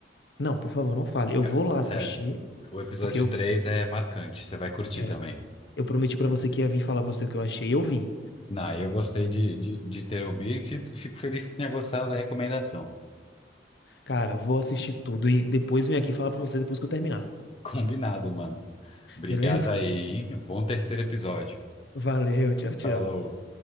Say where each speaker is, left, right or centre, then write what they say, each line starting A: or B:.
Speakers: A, on the left (about 75°); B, on the left (about 30°).
A: Não, por favor, não fale. Eu
B: É,
A: vou
B: o
A: lá assistir,
B: é, o episódio
A: porque eu,
B: 3 é marcante, você vai curtir
A: é,
B: também.
A: eu prometi pra você que ia vir falar você o que eu achei, e eu vim.
B: Não, eu gostei de, de, de ter ouvido e fico fico feliz que tenha gostado da recomendação.
A: Cara, vou assistir tudo e depois venho aqui falar pra você depois que eu terminar.
B: <laughs> Combinado, mano. Obrigado
A: Beleza?
B: aí,
A: <laughs>
B: hein? Bom terceiro episódio.
A: Valeu, tchau, tchau.
B: Falou.